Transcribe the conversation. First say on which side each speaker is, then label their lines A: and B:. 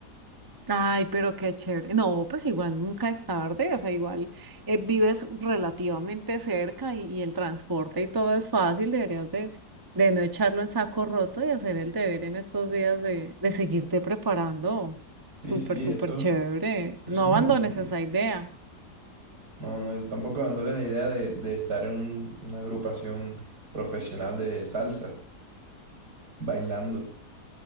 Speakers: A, on the right; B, on the right.
A: Ay, pero qué chévere. No, pues igual nunca es tarde, o sea, igual eh, vives relativamente cerca y, y el transporte y todo es fácil, deberías de, de no echarlo en saco roto y hacer el deber en estos días de, de seguirte preparando. Súper,
B: Sí, sí,
A: súper
B: eso,
A: chévere.
B: eso
A: No
B: es
A: abandones
B: un hecho.
A: esa idea.
B: No, no, yo tampoco dándole la idea de, de estar en un- una agrupación profesional de salsa, bailando.